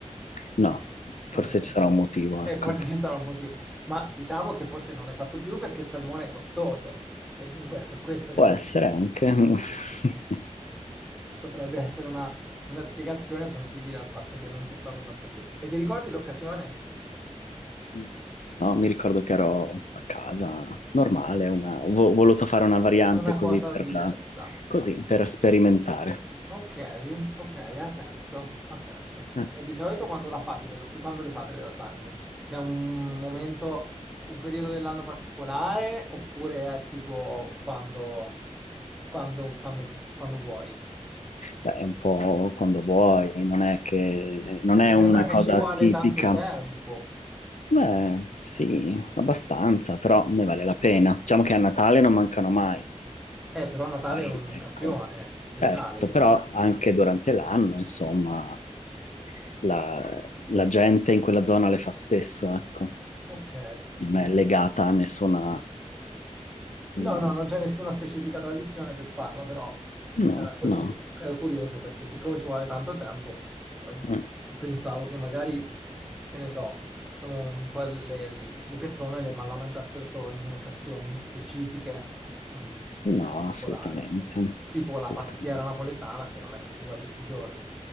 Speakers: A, on the left (about 70°); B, in the centre.
A: No,
B: Ok,
A: forse ci sarà un motivo,
B: e
A: ecco.
B: forse ci sarà un motivo, ma diciamo che forse non l'hai fatto più perché il salmone è costoso e dunque è per questo che
A: Può
B: non
A: essere
B: l'hai fatto
A: anche.
B: più.
A: <laughs>
B: <laughs> Potrebbe essere una, una spiegazione plausibile al fatto che non sia stato fatto più. E ti ricordi l'occasione?
A: No, mi ricordo che ero a casa normale, una... vo- ho voluto fare una variante
B: Una
A: così
B: cosa
A: per,
B: diversa.
A: così, per sperimentare.
B: Ok, ok, ha senso, ha senso.
A: Eh,
B: E di solito quando la fate, le- quando le fate le lasagne? C'è un momento, un periodo dell'anno particolare oppure è tipo quando, quando, quando, quando vuoi?
A: Beh, è un po' quando vuoi, non è che, non
B: Perché
A: è una
B: sembra che
A: cosa
B: ci vuole
A: tipica.
B: tanto tempo.
A: Beh, sì, abbastanza, però ne vale la pena. Diciamo che a Natale non mancano mai.
B: Eh, però Natale
A: Poi,
B: è un'occasione
A: ecco,
B: speciale,
A: certo,
B: diciamo.
A: però anche durante l'anno, insomma, la, la gente in quella zona le fa spesso, ecco.
B: Ok,
A: Non è legata a nessuna...
B: No,
A: mm,
B: no, non c'è nessuna specifica tradizione per farla, però
A: No,
B: era così,
A: no,
B: ero curioso perché siccome ci vuole tanto tempo, ehm,
A: mm,
B: pensavo che magari, che ne so, ehm, quelle- le persone le- ma la mangiassero solo in occasioni specifiche, mm,
A: no,
B: particolari,
A: assolutamente,
B: tipo
A: assolutamente.
B: la pastiera napoletana che non è che si fa tutti i giorni.